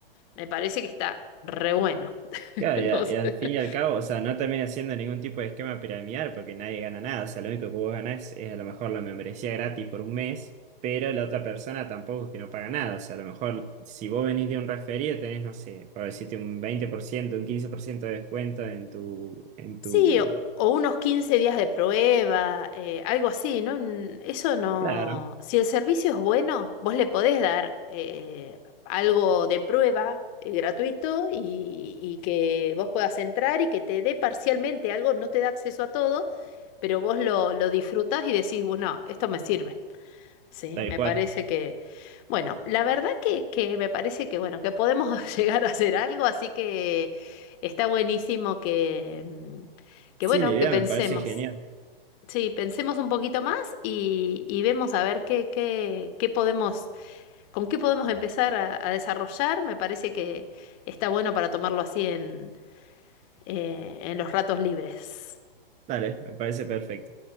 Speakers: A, on the left (about 35°); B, on the right (about 25°).
A: me parece que está re bueno. <laughs>
B: Claro, y, a-
A: No sé.
B: y al fin y al cabo, o sea, no termina siendo ningún tipo de esquema piramidal porque nadie gana nada. O sea, lo único que vos ganás es a lo mejor la membresía gratis por un mes, pero la otra persona tampoco es que no paga nada. O sea, a lo mejor si vos venís de un referido tenés, no sé, por decirte un 20% un 15% de descuento en tu, en
A: Sí,
B: tu...
A: o, o unos 15 días de prueba, eh, algo así, ¿no? Mm, Eso no.
B: Claro,
A: Si el servicio es bueno, vos le podés dar eh, algo de prueba eh, gratuito y, y que vos puedas entrar y que te dé parcialmente algo, no te da acceso a todo, pero vos lo, lo disfrutás y decís, bueno, esto me sirve. Sí,
B: tal
A: me
B: cual.
A: parece que, bueno, la verdad que, que me parece que, bueno, que podemos <laughs> llegar a hacer algo, así que está buenísimo que, mm, que
B: Sí,
A: bueno,
B: la idea
A: que pensemos.
B: me parece genial.
A: Sí, pensemos un poquito más y, y vemos a ver qué, qué, qué podemos, con qué podemos empezar a, a desarrollar. Me parece que está bueno para tomarlo así en, eh, en los ratos libres.
B: Dale, me parece perfecto.